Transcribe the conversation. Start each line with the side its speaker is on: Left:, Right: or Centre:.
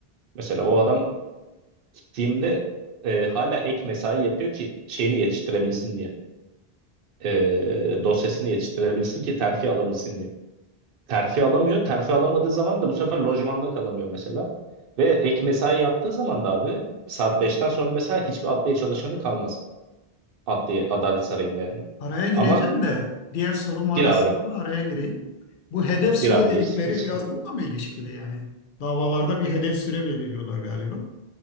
Right: Mesela o adam gittiğimde e, hala ek mesai yapıyor ki şeyini yetiştirebilsin diye. E, dosyasını yetiştirebilsin ki terfi alabilsin diye. terfi alamıyor. Terfi alamadığı zaman da bu sefer lojmanda kalamıyor mesela. Ve ek mesai yaptığı zaman da abi saat beşten sonra mesela hiçbir adliye çalışanı kalmaz. Adliye, Adalet Sarayı'nda yani.
Left: Araya gireceğim
Right: Ama
Left: de diğer soru maalesef
Right: gir abi.
Left: bu araya gireyim. Bu hedef süre
Right: Gir abi
Left: dedikleri
Right: gir. Hiç sıkıntı.
Left: biraz bununla mı ilişkili yani? Davalarda bir hedef süre belirliyorlar galiba.